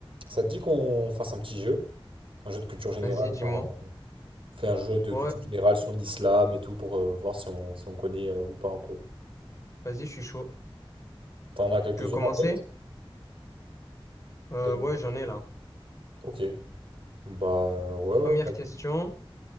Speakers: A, on the right (about 65°); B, on the left (about 35°).
A: Ça te dit qu'on fasse un petit jeu, un jeu de culture générale,
B: Vas-y, dis-moi.
A: genre euh, on fait un jeu de
B: Ouais,
A: culture générale sur l'islam et tout pour euh, voir si on, si on connaît euh, ou pas un peu.
B: vas-y, je suis chaud.
A: T'en as quelques-unes
B: Tu veux commencer?
A: en tête?
B: Euh,
A: euh,
B: ouais, j'en ai là.
A: Ok. Bah euh, ouais ouais.
B: Première
A: vas-y.
B: question.